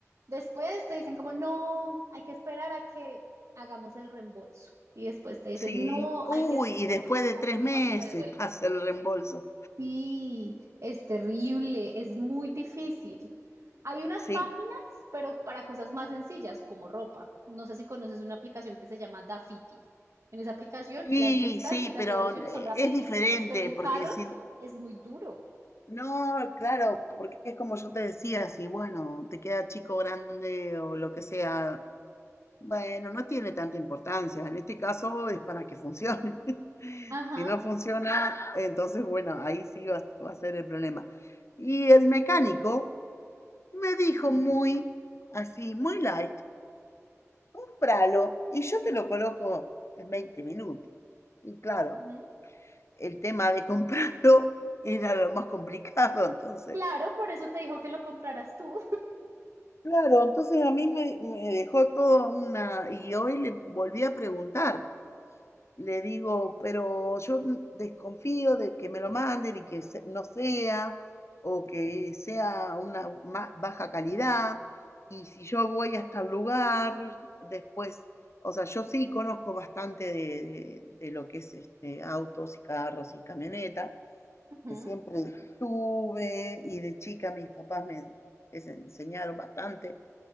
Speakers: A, on the right; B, on the left.
A: Después te dicen como, no, hay que esperar a que hagamos el reembolso. Y después te dicen,
B: sí.
A: no,
B: Uy,
A: hay que esperar
B: y después de tres
A: a que
B: meses
A: lo devuelvan.
B: <laughs> pasa el reembolso.
A: Sí, es terrible, es muy difícil. Hay unas
B: Sí,
A: páginas, pero para cosas más sencillas, como ropa. No sé si conoces una aplicación que se llama Dafiti. En esa aplicación,
B: sí,
A: las ventas
B: sí,
A: y las
B: pero
A: devoluciones
B: eh,
A: son rapidísimas,
B: es diferente
A: pero en
B: porque
A: carros
B: decir,
A: es muy duro.
B: no, claro, porque es como yo te decía, si bueno, te queda chico, grande o lo que sea, Bueno, no tiene tanta importancia. En este caso es para que funcione. <laughs>
A: Ajá.
B: Si no funciona, entonces, bueno, ahí sí va, va a ser el problema. Y el mecánico me dijo
A: Ujú.
B: muy así, muy light, cómpralo y yo te lo coloco en 20 minutos. Y claro,
A: ujú.
B: el tema de comprarlo <laughs> era lo más complicado, entonces.
A: Claro, por eso te dijo que lo compraras tú.
B: Claro, entonces a mí me, me dejó toda una... Y hoy le volví a preguntar Le digo, pero yo desconfío de que me lo manden y que se- no sea, o que sea una ma- baja calidad. Y si yo voy hasta el lugar, después, o sea, yo sí conozco bastante de, de- de lo que es este, autos y carros y camionetas,
A: Ujú.
B: que siempre tuve y de chica mis papás me es- enseñaron bastante.